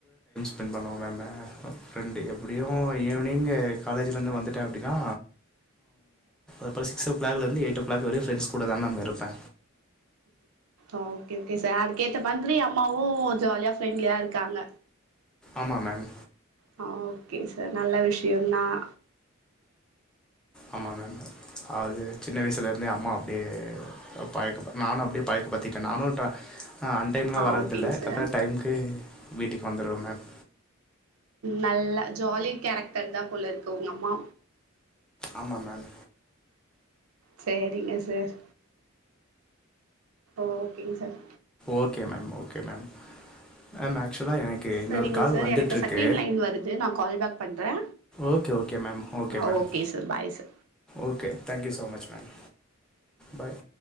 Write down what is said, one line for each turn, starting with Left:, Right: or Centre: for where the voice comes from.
Centre: ஃபண் பண்ணுவோ மேம் ஃப்ரெண்டு எப்டியு ஈவினிங் காலேஜ்லேருந்து வந்துட்டே அப்டின்னா அப்ரோ சிக்ஸ் ஓ கிளாக்லேருந்து எயிட் ஓ க்கு ஃப்ரண்ட்ஸ் கூட தா மேம் இருப்பே
Right: ஓகே க்கேன் சார் கேட்ட பந்துரியா அம்மாவும் ஜாலியா ஃப்ரெண்ட்லியா இருக்காங்க
Centre: ஆமா மேம்.
Right: ஹ ஓகே சார் நல்ல விஷயம்தான்
Centre: ஆமாம் மேம் அது சின்ன வயசுலேருந்தே அம்மா அப்படியே பழக் நானும் அப்படியே பழக்க படுத்திட்டேன் நானும் ஆ அன் டைம்லாம் வரதில்லை
Right: ஓகேங்க சார்
Centre: கரெக்டாக டைமமுக்கு வீட் கண்டிப்பா வந்துருவேன் மேம்
Right: நல்லா ஜாலி கேரக்டர் தான் போல இருக்கு உங்க அம்மா
Centre: ஆமாம் மேம்
Right: சரிங்க சார் ஓகேங்க sir
Centre: okay ma'am okay ma'am. Ma'am ஆக்சுவலா எனக்கு இன்னொரு
Right: சரிங்க
Centre: கால்
Right: சார்
Centre: வந்துட்டு
Right: எனக்கு
Centre: இருக்கு
Right: செகண்ட் லைன் வருது நான் கால் பேக் பண்றே
Centre: ஓகே ஓகே மேம் ஓகே
Right: ஆ
Centre: ma'am
Right: sir bye sir
Centre: okay thank you so much ma'am பாய்.